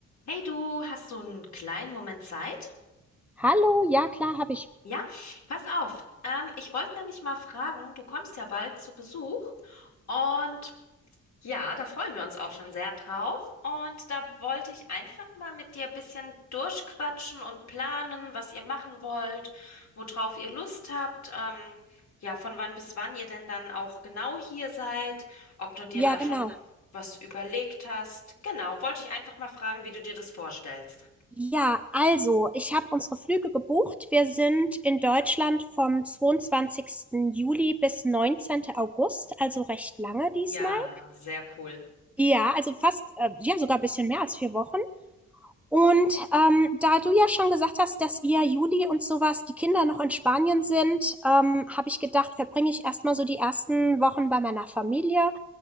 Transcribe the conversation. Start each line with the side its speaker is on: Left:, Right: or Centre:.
Left: Hey du, hast du einen kleinen Moment Zeit?
Centre: Hallo, ja klar, habe ich.
Left: Ja, pass auf. Ähm, ich wollte nämlich mal fragen, du kommst ja bald zu Besuch und ja, da freuen wir uns auch schon sehr drauf. Und da wollte ich einfach mal mit dir ein bisschen durchquatschen und planen, was ihr machen wollt, worauf ihr Lust habt. Ähm, ja, von wann bis wann ihr denn dann auch genau hier seid, ob du dir
Centre: Ja,
Left: da
Centre: genau.
Left: schon was überlegt hast. Genau, wollte ich einfach mal fragen, wie du dir das vorstellst.
Centre: Ja, also, ich habe unsere Flüge gebucht. Wir sind in Deutschland vom 22. Juli bis 19. August, also recht lange diesmal.
Left: Ja, sehr cool.
Centre: Ja, also fast, äh, ja, sogar ein bisschen mehr als vier Wochen. Und ähm, da du ja schon gesagt hast, dass ihr Juli und sowas, die Kinder noch in Spanien sind, ähm, habe ich gedacht, verbringe ich erstmal so die ersten Wochen bei meiner Familie